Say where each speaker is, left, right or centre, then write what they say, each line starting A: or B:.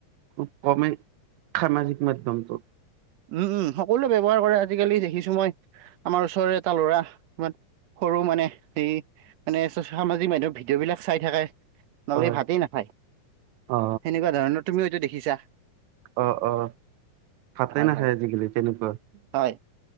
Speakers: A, on the right; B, on the right.
A: খুব কমেই সামাজিক মাধ্যমটো।
B: উম, উম, সকলোৱে ব্যৱহাৰ কৰে, আজিকালি দেখিছোঁ মই আমাৰ ওচৰৰে এটা ল'ৰা ইমান সৰু মানে সেই মানে সামাজিক মাধ্যমত ভিডিঅ'বিলাক চাই থাকে। নহ'লে
A: হয়
B: ভাতেই নাখায়,
A: অ
B: সেনেকুৱা ধৰণৰ তুমিও হয়তো দেখিছা।
A: অ', অ' ভাতে
B: হয়
A: নাখায়
B: হয়
A: আজিকালি তেনেকুৱা।
B: হয়